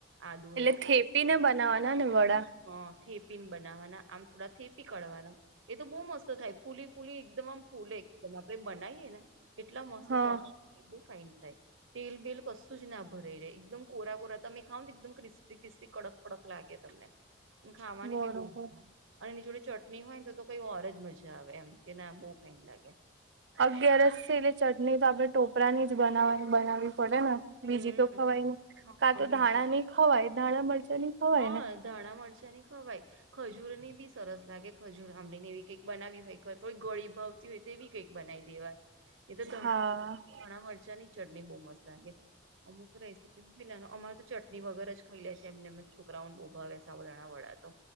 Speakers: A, on the right (about 85°); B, on the right (about 60°).
A: આદુ
B: એટલે થેપી ને બનાવવાના ને વડા?
A: હ થેપી ને બનાવવાના આમ થોડા થેપી કાઢવાના એ તો બહુ મસ્ત થાય ફૂલી ફૂલી એકદમ આમ ફૂલે એકદમ આપણેે બનાવીએ ને એટલા મસ્ત
B: હા
A: સોફ્ટ બહ ફાઇન થાય તેલ બેલ કશું જ ના ભરાઈ રે એકદમ કોરા કોરા તમે ખાાવ ને એકદમ ક્રિસ્ તસ તિસ્રી કડક કડક લાગે તમને, ખાવાની
B: બરોબર
A: બી બહુ મજા આવે અને એની જોડે ચટણી હોય ને તો કઈ ઓરજ મજા આવે એમ કે ના બહુ ફાઈઇન લાગ્યા
B: અગિયારસ છે એટલે ચટણી તો આપડણે ટોપરાની જ બનાવવા બનાવવી પડે ને બીજી
A: હમ
B: તો ખવાય નહી
A: હા
B: કા તો
A: બીજી
B: ધાણા નહી ખવાય ધાણા મળજા ની ખવાય
A: હા
B: ને
A: ધાણા મરચાંની ખવાય ખજૂર ની બી સરસ લાગે ખજૂર આંબળીને એવી કઈક બનાવી હોય ગળી ભાવ હોય તેવી કંઈક બનાવી દેવા એ તો ધણા
B: હા
A: ઘણા મરચાં ની ચટણી બહુ મસ્ત લાગે. અમુક રેસીપી મિલા અમારે તો ચટણી વગર જ ખાઈ લે છે એમને જ શુકરાઉન ઉભાવે સવ જણા વડા તો,